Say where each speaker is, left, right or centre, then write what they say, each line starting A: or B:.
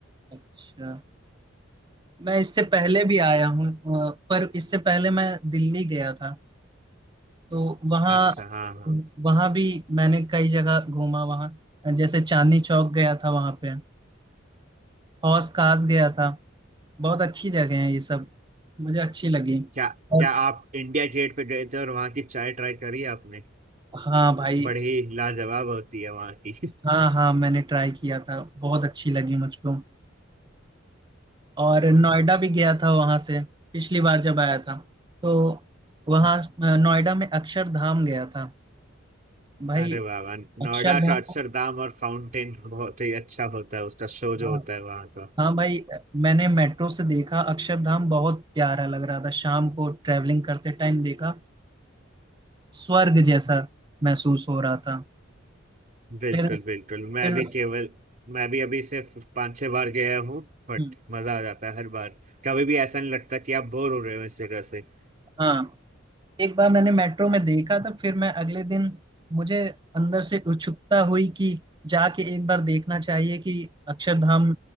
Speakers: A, on the right; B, on the right.
A: अच्छा मैं इससे पहले भी आया हूँ अ, पर इससे पहले मैं दिल्ली गया था तो वहाँ
B: अच्छा हाँ हाँ
A: वहाँ भी मैंने कई जगह घूमा वहाँ जैसे चांदनी चौक गया था वहाँ पे हौस खास गया था बहुत अच्छी जगह है ये सब मुझे अच्छी लगी
B: क्या
A: और
B: क्या आप इंडिया गेट पे गए थे और वहाँ की चाय ट्राई करी आपने
A: हाँ भाई
B: बड़ी लाजवाब होती है वहाँ की
A: हाँ हाँ मैंने ट्राई किया था बहुत अच्छी लगी मुझको और नोएडा भी गया था वहां से पिछली बार जब आया था तो वहां
B: <laughs>
A: अ, नोएडा में अक्षरधाम गया था भाई
B: अरे वाह वाह नोएडा
A: अक्षरधाम
B: का अक्षरधाम और फाउंटेन बहुत ही अच्छा होता है उसका शो
A: हाँ
B: जो होता है वहाँ का
A: हाँ भाई अ, मैंने मेट्रो से देखा अक्षरधाम बहुत प्यारा लग रहा था शाम को ट्रैवलिंग करते टाइम देखा स्वर्ग जैसा महसूस हो रहा था
B: बिल्कुल
A: फिर
B: बिल्कुल मैं
A: फिर
B: भी केवल मैं भी अभी सिर्फ पाँच छह बार गया हूँ बट
A: हम्म,
B: मजा आ जाता है हर बार कभी भी ऐसा नहीं लगता कि आप बोर हो रहे हो इस जगह से
A: हाँ एक बार मैंने मेट्रो में देखा था फिर मैं अगले दिन मुझे अंदर से उत्सुकता हुई कि जाके एक बार देखना चाहिए कि अक्षरधाम